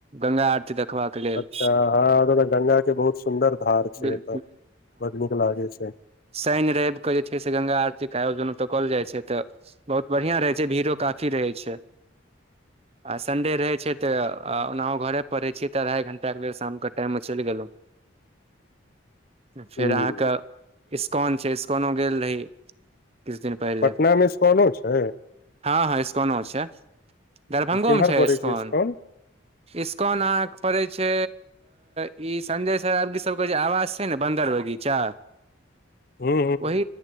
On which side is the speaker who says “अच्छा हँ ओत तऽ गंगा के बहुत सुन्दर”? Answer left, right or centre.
Left